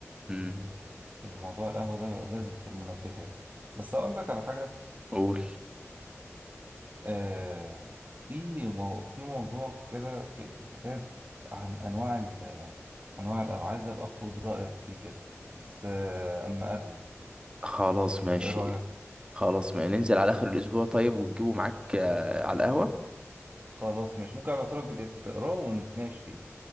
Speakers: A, on the right (about 20°); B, on the right (about 35°).
A: امم
B: الموضوع القهوه ده لازم في المنبهات بس اقول لك على حاجه
A: قول
B: آه في مو في موضوع كده في, في كتاب عن انواع ال انواع القهوه عايز ابقى اخد رايك فيه كده بس آه اما قبلك
A: خلاص ماشي
B: ايه رايك
A: خلاص ما ننزل على اخر الاسبوع طيب وتجيبه معاك آه، على القهوه
B: خلاص ماشي ممكن ابعتلك بي دي اف تقراه ونتناقش فيه